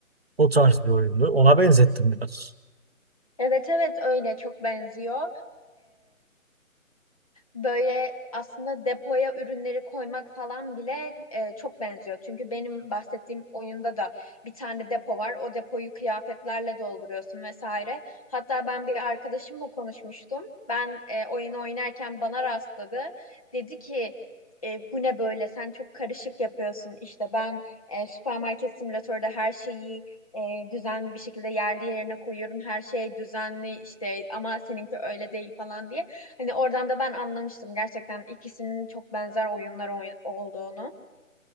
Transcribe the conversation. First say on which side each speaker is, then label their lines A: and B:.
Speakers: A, on the right (about 45°); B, on the left (about 25°).
A: O tarz bir oyundu. Ona benzettim biraz.
B: Evet evet öyle çok benziyor. Böyle aslında depoya ürünleri koymak falan bile e, çok benziyor. Çünkü benim bahsettiğim oyunda da bir tane depo var. O depoyu kıyafetlerle dolduruyorsun vesaire. Hatta ben bir arkadaşımla konuşmuştum. Ben e, oyunu oynarken bana rastladı. Dedi ki "E, bu ne böyle? Sen çok karışık yapıyorsun. İşte ben e, süpermarket simülatörde her şeyi e, düzenli bir şekilde yerli yerine koyuyorum. Her şey düzenli işte ama seninki öyle değil falan diye. Hani oradan da ben anlamıştım gerçekten ikisinin çok benzer oyunlar oy- olduğunu.